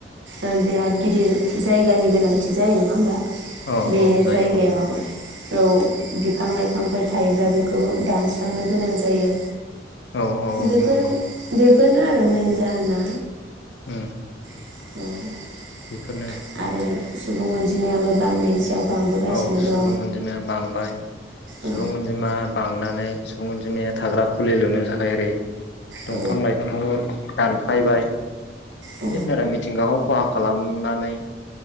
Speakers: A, on the right; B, on the left.
A: ओ बिराद गिदिर जायगानि गोनांथि जायो नङा होमबा?
B: औ
A: बे
B: औ जायो
A: जायगायाव
B: औ।
A: औ बिफां लाइफांफोर थायोब्ला बेखौ दानस्रांनो गोनां जायो।
B: औ औ औ
A: बेफोर
B: नंगौ।
A: बेफोरनो आरो मेन जाहोना।
B: ओ
A: <inaudible>
B: बेफोरनो।
A: आरो सुबुं अनजिमाबो बांनायनि सायाव बांबोगासिनो
B: औ सुबुं
A: दं
B: अनजिमाया बांबाय। सुबुं
A: औ
B: अनजिमा बांनानै सुबुं अनजिमाया थाग्रा खुलि लुनो थाखाय ओरै दंफां
A: औ
B: लाइफांखौबो दान फायबाय बिदनो
A: औ
B: आरो मिथिंगाखौ खहा खालाम नानै